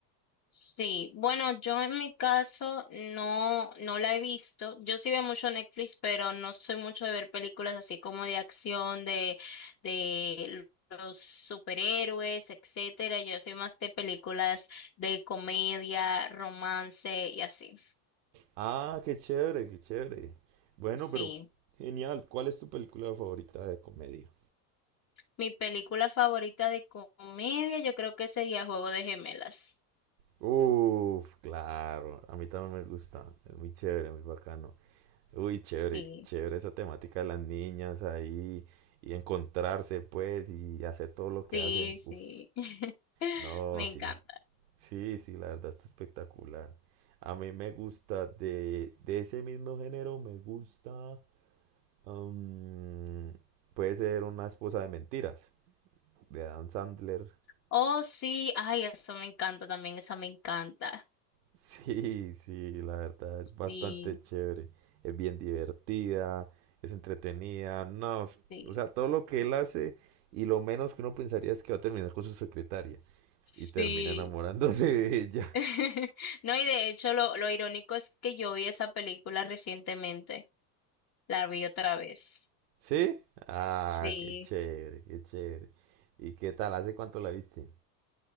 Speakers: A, on the left; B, on the right.
A: Sí, bueno, yo en mi caso no, no la he visto. Yo sí veo mucho Netflix, pero no soy mucho de ver películas así como de acción, de, de los superhéroes, etcétera. Yo soy más de películas de comedia, romance y así.
B: Ah, qué chévere, qué chévere. Bueno,
A: Sí.
B: pero genial. ¿Cuál es tu película favorita de comedia?
A: Mi película favorita de comedia yo creo que sería Juego de Gemelas.
B: Uf, claro. A mí también me gusta. Es muy chévere, muy bacano. Uy, chévere,
A: Sí.
B: chévere esa temática de las niñas ahí y encontrarse, pues, y hacer todo lo que
A: Sí,
B: hacen.
A: sí.
B: Uf,
A: <laughs>
B: no,
A: Me encanta.
B: sí. Sí, sí, la verdad está espectacular. A mí me gusta de, de ese mismo género, me gusta. am, puede ser una esposa de mentiras. de Adam Sandler. <laughs>
A: Oh, sí. Ay, eso me encanta también. Esa me encanta.
B: Sí, sí, la verdad es bastante
A: Sí,
B: chévere. Es bien divertida, es entretenida. No,
A: sí,
B: o sea, todo lo que él hace y lo menos que uno pensaría es que va a terminar con su secretaria
A: sí.
B: y termina enamorándose <laughs> de ella.
A: <laughs> No, y de hecho, lo, lo irónico es que yo vi esa película recientemente. La vi otra vez.
B: ¿Sí? Ah,
A: Sí,
B: qué chévere, qué chévere. ¿Y qué tal? ¿Hace cuánto la viste?